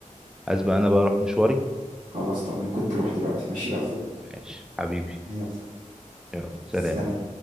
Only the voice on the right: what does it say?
خلاص طب ممكن تروح دلوقتي ماشي يلا
يلا
سلام